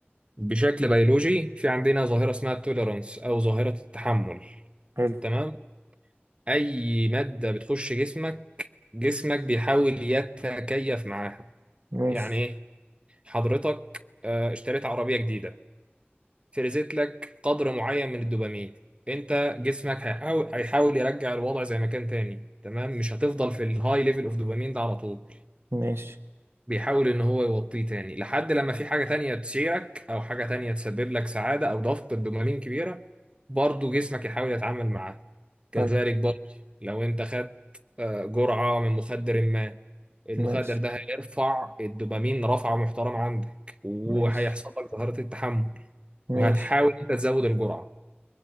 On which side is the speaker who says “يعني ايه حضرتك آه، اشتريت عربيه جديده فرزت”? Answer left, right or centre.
Right